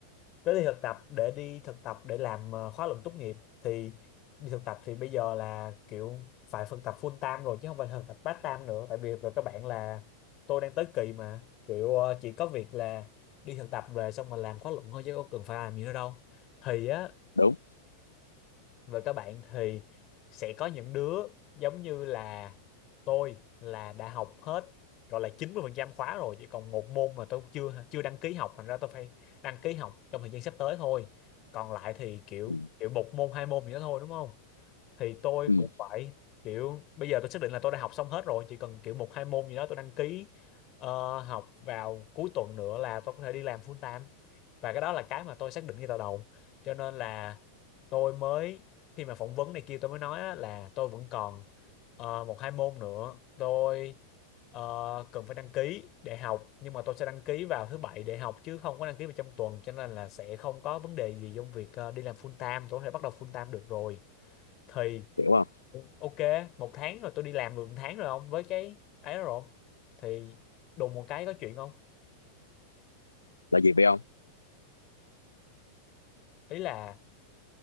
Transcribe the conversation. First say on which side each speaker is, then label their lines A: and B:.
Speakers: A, on the left; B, on the left.
A: tới đi thực tập để đi thực tập để làm ờ, khóa luận tốt nghiệp thì đi thực tập thì bây giờ là kiểu phải thực tập full time rồi chứ không phải thực tập part time nữa tại vì về các bạn là tôi đang tới kỳ mà kiểu ờ, chỉ có việc là đi thực tập về xong mà làm khóa luận thôi chứ không cần phải làm gì nữa đâu thì á
B: đúng.
A: Và các bạn thì sẽ có những đứa giống như là tôi là đã học hết gọi là 90% khóa rồi chỉ còn một môn mà tôi chưa chưa đăng ký học thành ra tôi phải đăng ký học trong thời gian sắp tới thôi còn lại thì kiểu
B: Ừ,
A: kiểu một môn hai môn gì đó thôi đúng không thì tôi
B: ừ,
A: cũng phải kiểu bây giờ tôi xác định là tôi đã học xong hết rồi chỉ cần kiểu một hai môn gì đó tôi đăng ký ờ, học vào cuối tuần nữa là tôi có thể đi làm full time và cái đó là cái mà tôi xác định ngay từ đầu cho nên là tôi mới khi mà phỏng vấn này kia tôi mới nói á, là tôi vẫn còn ờ, một hai môn nữa tôi ờ, cần phải đăng ký để học nhưng mà tôi sẽ đăng ký vào thứ bảy để học chứ không có đăng ký vào trong tuần cho nên là sẽ không có vấn đề gì trong việc ờ, đi làm full time tôi có thể bắt đầu full time được rồi thì
B: hiểu không?
A: ok một tháng rồi tôi đi làm được một tháng rồi không với cái ấy đó rồi không thì đùng một cái có chuyện không
B: Là gì vậy ông?
A: ý là